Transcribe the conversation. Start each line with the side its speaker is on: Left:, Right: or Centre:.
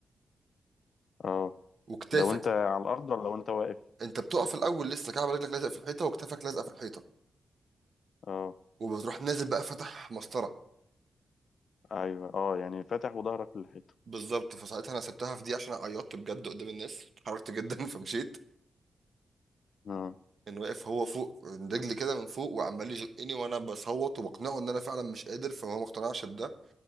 Left: اه
Right: وكتافك
Left: ده وانت على الارض ولا وانت واقف
Right: انت بتقف الاول لسه كعب رجلك لازق في الحيطة وكتافك لازقة في الحيطة
Left: اه
Right: وبتروح نازل بقى فتح مسطرة
Left: ايوه اه يعني فاتح وظهرك للحيطه
Right: بالظبط فساعتها انا سبتها في دي عشان عيطت بجد قدام الناس اتحركت جدا <laughs> فمشيت
Left: اه
Right: كان واقف هو فوق من رجلي كده من فوق وعمال يزقني وانا بصوت وبقنعه ان انا فعلا مش قادر فهو ما اقتنعش بده